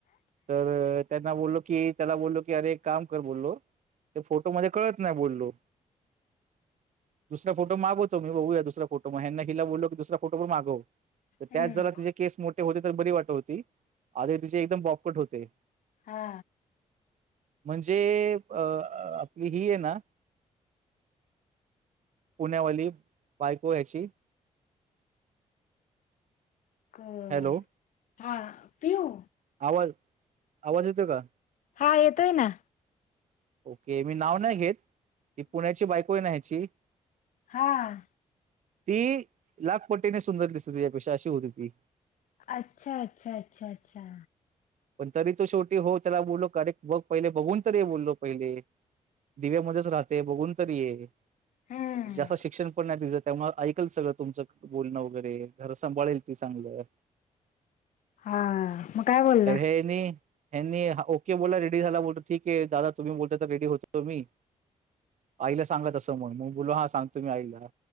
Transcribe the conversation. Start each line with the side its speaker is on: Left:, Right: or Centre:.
Right: तर त्यांना बोललो की त्याला बोललो की अरे एक काम कर बोललो ते फोटो मध्ये कळत नाही बोललो दुसरा फोटो मागतो बघू यात दुसरा फोटो हिला बोललो की दुसरा फोटो माग तर त्यात
Left: हम्म.
Right: जरा तिचे केस मोठे होते तर बरी वाट होती आधी तिचे एकदम बॉपकट होते.
Left: हा
Right: म्हणजे अ आपली ही आहे ना पुण्यावली बायको ह्याची
Left: अ
Right: हॅलो
Left: हा पिऊ
Right: आवाज आवाज येतो का?
Left: हा येतोय ना
Right: ओके मी नाव नाही घेत ती पुण्याची बायको होय ना ह्याची
Left: हां
Right: ती लागपट्टीने सुंदर दिसते त्याच्यापेक्षा अशी होती ती
Left: अच्छा अच्छा अच्छा अच्छा
Right: पण तरी तो शेवटी हो त्याला बोललो कारे बघ पहिले बघून तरी बोललो पहिले दिव्यामध्येच राहते बघून तरी ये
Left: हम्म
Right: जास्त शिक्षण पण नाही तिच त्यामुळे ऐकल सगळं तुमचं बोलणं वगैरे घर सांभाळेल ती चांगलं
Left: हा मग काय बोलला
Right: तर हे नि ह ओके बोला रेडी झाला बोलतो ठीक आहे दादा तुम्ही बोलता तर रेडी होतो मी आईला सांगत असं म्हणून मग बोल हां सांगतो मी आईला.